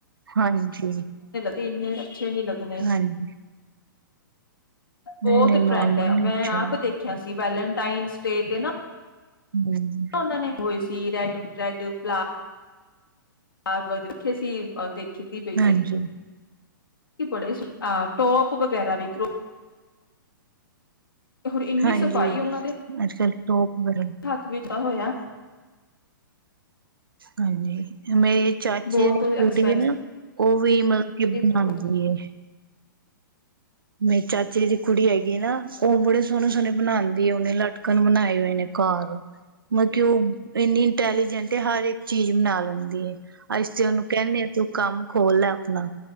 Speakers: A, on the right; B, on the left.
A: ਹਾਂਜੀ
B: ਤਿੰਨ ਅੱਛੇ ਨੀ ਲੱਗਨੇ।
A: ਹਾਂਜੀ ਨਹੀਂ-ਨਹੀਂ
B: ਬਹੁਤ
A: ਨੋਰਮਲ
B: ਟਰੈਂਡ ਹੈ
A: ਨਹੀਂ
B: ਮੈਂ
A: ਅੱਛਾ
B: ਆਪ ਦੇਖਿਆ ਸੀ ਵੈਲਨ ਟਾਈਮ ਸਟੇ ਤੇ ਨਾ
A: ਲੱਗਦਾ ਹੂੰ
B: ਉਹਨਾਂ ਨੇ ਹੋਏ ਸੀ। <unintelligible> ਟੂ ਪਲਾ <unintelligible> ਦੇਖੇ ਸੀ <unintelligible> ਖੇਤੀ ਪਈ ਸੀ।
A: ਹਾਂਜੀ।
B: ਕੀ ਬੜੇ ਈ ਸੋ ਆ ਟੋਪ ਵਗੈਰਾ ਵੀ ਹੋਰ ਇੰਨੀ
A: ਹਾਂਜੀ
B: ਸਫ਼ਾਈ ਉਹਨਾਂ ਦੇ
A: ਅੱਜਕੱਲ ਟੋਪ ਵਗੈਰਾ
B: ਹੱਥ ਵਿਚ ਹੋਇਆ।
A: ਹਾਂਜੀ ਮੇਰੇ ਚਾਚੀ
B: ਬਹੁਤ
A: ਦੀ ਕੁੜੀ
B: ਐਕਸਪੈਂਸਿਵ
A: ਹੈ, ਉਹ ਵੀ ਮਤਲਬ ਕਿ ਬਣਾਦੀ
B: ਬਹੁਤ
A: ਹੈ। ਮੇਰੇ ਚਾਚੇ ਦੀ ਕੁੜੀ ਹੈਗੀ ਨਾ ਉਹ ਬੜੇ ਸੋਹਣੇ-ਸੋਹਣੇ ਬਣਾ ਦੀ ਉਹਨੇ ਲਟਕਣ ਬਣਾਏ ਹੋਏ ਨੇ ਘਰ। ਮਤਲਬ ਕਿ ਉਹ ਇੰਨੀ ਇੰਟੈਲੀਜੈਂਟ ਹਰ ਇੱਕ ਚੀਜ਼ ਬਣਾ ਲੈਂਦੀ ਏ। ਅਸੀਂ ਤੇ ਉਹਨੂੰ ਕਹਿੰਨੇ ਆ ਤੂੰ ਕੰਮ ਖੋਲ ਲੈ ਆਪਣਾ